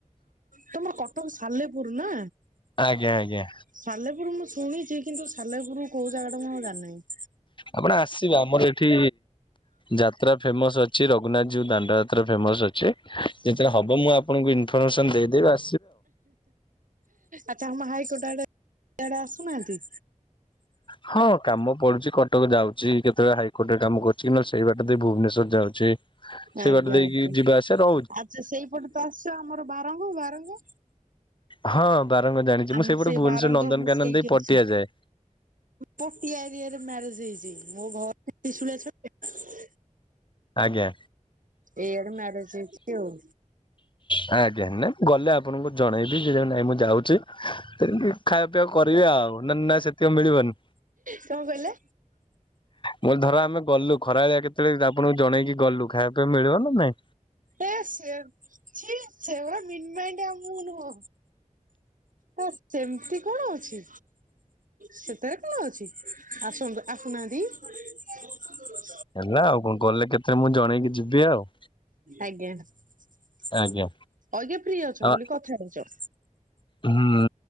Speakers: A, on the right; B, on the left.
A: ତମର କଟକ ସାଲେପୁର ନା
B: ଆଜ୍ଞା ଆଜ୍ଞା
A: ସାଲେପୁର ମୁ ଶୁଣିଛି କିନ୍ତୁ ସାଲେପୁରରୁ କୋଉ ଜାଗା ଟା ମୁଁ ଆଁ ଜାଣି ନାହିଁ।
B: ଆପଣ ଆସିବେ ଆମର ଏଠି ଯାତ୍ରା ଫେମସ ଅଛି ରଘୁନାଥ ଯୋଉ ଦାଣ୍ଡ ଯାତ୍ରା ଫେମସ ଅଛି ଯେତେବେଳେ ହବ ମୁଁ ଆପଣଙ୍କୁ ଇନଫର୍ମେସନ ଦେଇଦେବି ଆ
A: ଆଛା ଆମ ହାଇକୋ ର୍ଟ ଆଡ଼େ ଆଡ଼େ ଆସୁନାହାନ୍ତି?
B: ହଁ କାମ ପଡୁଛି କଟକ ଯାଉଛି କେତେବେଳେ ହାଇକୋର୍ଟ ରେ କାମ କରୁଛି କି ନଲେ ସେଇ ବାଟ ଦେଇ ଭୁବନେଶ୍ଵର ଯାଉଚି। ସେଇ
A: ଆଜ୍ଞା
B: ବାଟ ଦେଇକି
A: ଆଜ୍ଞା
B: ଯିବା ଆସିବା ର
A: ଆଚ୍ଛା ସେଇପଟେ ତ ଆସଛ ଆମର ବାରଙ୍ଗ ବାରଙ୍ଗ।
B: ହଁ ବାରଙ୍ଗ ଜାଣିଛି
A: ଆମ
B: ମୁଁ ସେଇପଟେ
A: ସେଇ
B: ଭୁବନେଶ୍ୱର
A: ବାରଙ୍ଗ
B: ନନ୍ଦନକାନନ
A: ମୁଁ ସେଇଠି
B: ଦେଇ ପଟିଆଯାଏ।
A: ଅଛି ପଟିଆ ଏରିଆ ରେ ମ୍ୟାରେଜ ହେଇଛି ମୋ ଘର ତ୍ରିଶୁଲିଆ ଛକ।
B: ଆଜ୍ଞା।
A: ଏୟର ମ୍ୟାରେଜ ହେଇଛି ଆଉ।
B: ହଁ ଆଜ୍ଞା ନାଇଁ ମୁଁ ଗଲେ ଆପଣଙ୍କୁ ଜଣେଇବି ଯେ ନାଇଁ ମୁଁ ଯାଉଛି ସେମିତି ଖାଇବା ପିଇବା କରିବେ ଆଉ ନା ନା ସେତିକ ମିଳିବନି?
A: କଣ କହିଲେ?
B: ମୋର ଧର ଆମେ ଗଲୁ ଖରା ବେଳିଆ କେତେବେଳେ ଆପଣଙ୍କୁ ଜଣେଇକି ଗଲୁ ଖାଇବା ପିଇବା ମିଳିବ ନା ନାଇଁ?
A: ଏ ସେ ଛି ସେ ଭଳିଆ ମିନ ମାଇଣ୍ଡ ଆ ମୁଁ ନୁହଁ। ହ ସେମିତି କଣ ଅଛି ସେଥିରେ କଣ ଅଛି ଆସନ୍ତୁ ଆସୁନାହାନ୍ତି। ତି
B: ହେଲା ଆଉ କଣ ଗଲେ କେତେବେ ମୁଁ ଜଣେଇକି ଯିବି ଆଉ।
A: ଆଜ୍ଞା କହିଦିଅ
B: ଆଜ୍ଞା।
A: ଫ୍ରି ଅଛ
B: ଆ
A: ବୋଲି କଥା ହଉଛ।
B: ହୁଁ